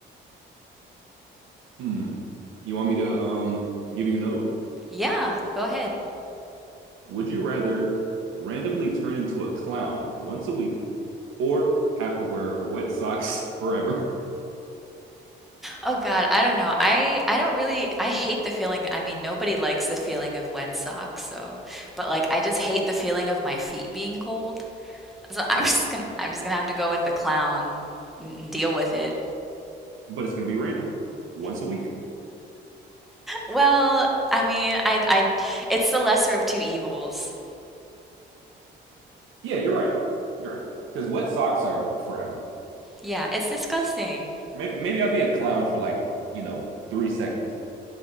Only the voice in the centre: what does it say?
Yeah, go ahead.
Oh God, I don't know. I I don't really I hate the feeling. I mean, nobody likes the feeling of wet socks, so but like I just hate the feeling of my feet being cold. So I'm
just gonna I'm just gonna have to go with the clown and and deal with it.
Well, I mean, I I it's the lesser of two evils.
Yeah, it's disgusting.